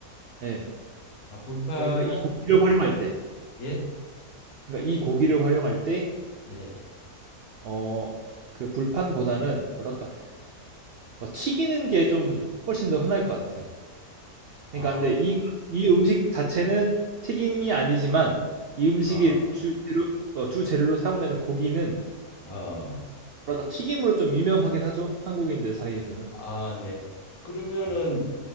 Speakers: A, on the right (about 85°); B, on the left (about 75°).
A: 예.
B: 아, 불파
A: 그러니까 이 고기를 활용할 때
B: 예?
A: 그러니까 이 고기를 활용할 때
B: 네.
A: 어, 그 불판보다는 뭐랄까 뭐 튀기는 게 좀 훨씬 더 흔할 것 같아요.
B: 아,
A: 그러니까 근데 이, 이 음식 자체는 튀김이 아니지만 이 음식이
B: 아,
A: 주 재료 어, 주 재료로 사용되는 고기는
B: 아.
A: 뭐랄까 튀김으로 좀 유명하긴 하죠. 한국인들 사이에서는.
B: 아, 네. 그러면은